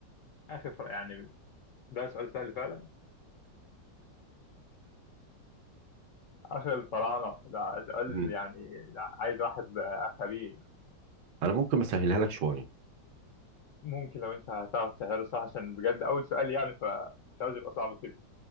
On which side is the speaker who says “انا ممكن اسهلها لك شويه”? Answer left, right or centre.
Right